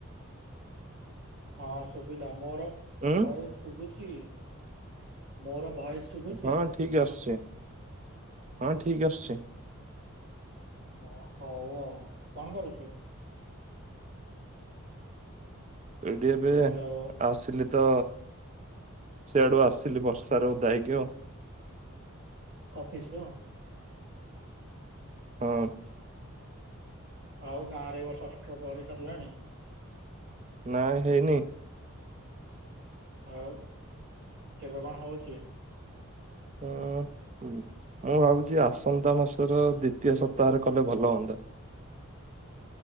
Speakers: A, on the right (about 50°); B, on the right (about 30°).
A: ହଁ ଶୁଭିଲା ମୋର
B: ଉଁ
A: ଭଏସ ଶୁଭୁଛି? ମୋର ଭଏସ୍ ଶୁଭୁଛି?
B: ହଁ ଠିକ ଆସୁଛି ହଁ
A: ଅଛା!
B: ଠିକ ଆସୁଛି
A: ଓ ହଉ ଆଉ କଣ କରୁଚୁ?
B: ଏଇଠି ଏବେ
A: ହ୍ୟାଲୋ
B: ଆସିଲି। ତ ସେଆଡୁ ଆସିଲି ବର୍ଷାରେ ଓଧା ହେଇକି ଆଉ।
A: ଅଫିସରୁ?
B: ହଁ।
A: ଆଉ ଗାଁ ରେ ଏବର୍ଷ ଅଷ୍ଟପ୍ରହରୀ ସରିଲାଣି?
B: ନା ହେଇନି।
A: ଆଉ କେବେ କଣ ହଉଛି?
B: ହୁଁ ହୁ। ମୁଁ ଭାବୁଛି ଆସନ୍ତା ମାସର ଦ୍ଵିତୀୟ ସପ୍ତାହରେ କଲେ, ଭଲ ହଅନ୍ତା। <unintelligible>